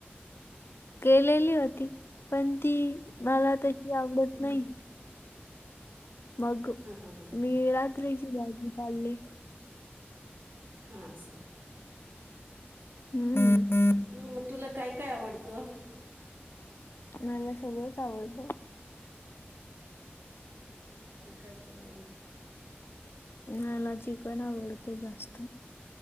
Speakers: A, on the left; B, on the right.
A: केलेली होती पण ती मला तशी आवडत
B: हम्म
A: नाही, मग
B: हा हा ह
A: मी रात्रीची भाजी खाल्ली,
B: आस,
A: हम्म,
B: ह् म तुला काय काय आवडतं,
A: मला सगळंच आवडत,
B: काय काय पण,
A: मला चिकण आवडत जास्त,